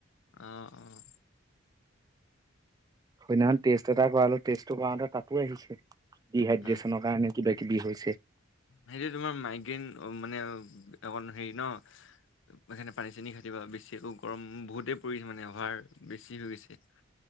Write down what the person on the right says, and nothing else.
সেইদিনাখন টেষ্ট এটা কৰালো টেষ্টটো কৰাওঁতে তাতো আহিছে ডিহাইড্ৰে্চনৰ
কাৰণে কিবা কিবি হৈছে